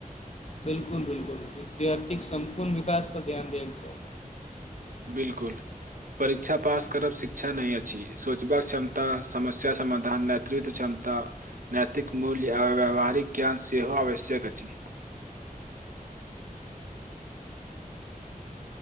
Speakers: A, on the left; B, on the right.
A: बिल्कुल-बिल्कुल विद्यार्थीक सम्पूर्ण विकास पर ध्यान देल जाय
B: बिल्कुल परीक्षा पास करब शिक्षा नहि अछि सोचबाक क्षमता समस्य समाधान नेतृत्व क्षमता नैैतिक मूल्य आ व्यावहारिक ज्ञान सेहो आवश्यक अछी